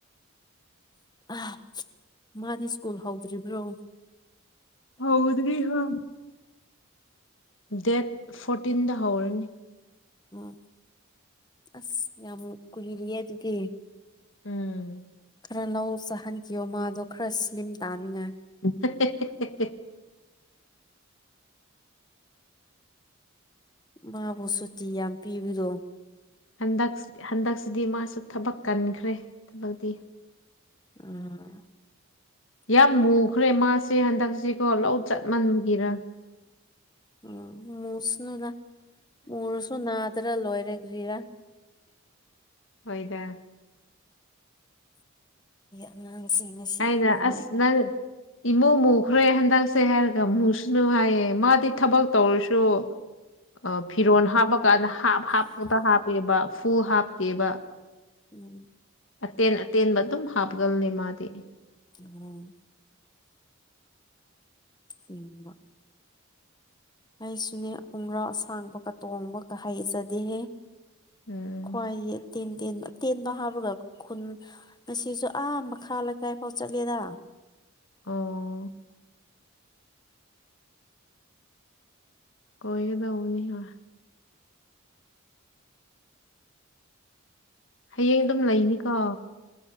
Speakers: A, on the left; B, on the left.
A: ꯑ ꯃꯥꯗꯤ ꯁ꯭ꯀꯨꯜ ꯍꯧꯗ꯭ꯔꯤꯕ꯭ꯔꯣ
B: ꯍꯥꯎꯗ꯭ꯔꯤ ꯍꯥ ꯗꯦꯠ ꯐꯣꯔꯇꯤꯟꯗ ꯍꯧꯔꯅꯤ
A: ꯑꯣ ꯑꯁ ꯌꯥꯝ ꯀꯨꯏꯔꯤꯌꯦ ꯑꯗꯨꯗꯤ
B: ꯎꯝ
A: ꯈꯔ ꯂꯧ ꯆꯥꯍꯟꯈꯤꯌꯣ ꯃꯥꯗꯣ ꯈꯔ ꯁ꯭ꯂꯤꯝ ꯇꯥꯅꯤꯡꯉꯥꯏ
B: ꯍꯦ ꯍ‌ꯦ
A: ꯃꯥꯕꯨ ꯁꯨꯆꯤ ꯌꯥꯝ ꯄꯤꯕꯤꯗꯣ
B: ꯍꯟꯗꯛ ꯍꯟꯗꯛꯁꯤꯗꯤ ꯃꯥꯁꯨ ꯊꯕꯛ ꯀꯟꯈ꯭ꯔꯦ ꯊꯕꯛꯇꯤ
A: ꯎꯝ
B: ꯌꯥꯝ ꯃꯨꯈ꯭ꯔꯦ ꯃꯥꯁꯦ ꯍꯟꯗꯛꯁꯤꯀꯣ ꯂꯧ ꯆꯠꯃꯟꯕꯒꯤꯔ
A: ꯑ ꯃꯁꯅꯨꯗ ꯃꯨꯔꯁꯨ ꯅꯗ ꯈꯔ ꯂꯣꯏꯔꯦꯒ꯭ꯔꯤꯒꯤꯔꯥ
B: ꯍꯣꯏꯗ
A: ꯑꯉꯥꯡꯁꯤ ꯉꯁꯤ
B: ꯑꯩꯅ
A: ꯅꯨꯡꯉꯥꯏꯒꯅꯤ
B: ꯑꯁ ꯅꯪ ꯏꯃꯨ ꯃꯨꯈ꯭ꯔꯦ ꯍꯟꯗꯛꯁꯦ ꯍꯥꯏꯔꯒ ꯃꯨꯁꯅꯨ ꯍꯥꯏꯌꯦ ꯃꯥꯗꯤ ꯊꯕꯛ ꯇꯧꯔꯁꯨ ꯑ ꯐꯤꯔꯣꯜ ꯍꯥꯞꯄꯀꯥꯟꯗ ꯍꯥꯞ ꯍꯥꯞꯄꯗ ꯍꯥꯞꯄꯦꯕ ꯐꯨꯜ ꯍꯥꯞꯇꯦꯕ
A: ꯎꯝ
B: ꯑꯇꯦꯟ ꯑꯇꯦꯟꯕ ꯑꯗꯨꯝ ꯍꯥꯞꯒꯅꯤ ꯃꯥꯗꯤ
A: ꯎꯝ <unintelligible> ꯁꯦꯡꯕ ꯑꯩꯁꯨꯅꯦ ꯍꯣꯡꯒ꯭ꯔꯥꯎ ꯑꯁꯥꯡꯕꯒ ꯇꯣꯡꯕꯒ ꯍꯩꯖꯗꯦꯍꯦ
B: ꯎꯝ <unintelligible>
A: ꯈ꯭ꯋꯥꯏꯗꯒꯤ ꯇꯦꯟ ꯇꯦꯟꯕꯇꯦꯟꯕ ꯍꯥꯞꯕꯒ ꯈꯨꯟ ꯑꯁꯤꯁꯤꯁꯨ ꯑꯥ ꯃꯈꯥ ꯂꯩꯀꯥꯏꯐꯥꯎ ꯆꯠꯂꯦꯗ
B: ꯑꯣ ꯀꯣꯏꯗꯎꯅꯤ ꯍꯥ ꯍꯌꯦꯡ ꯑꯗꯨꯝ ꯂꯩꯅꯤꯀꯣ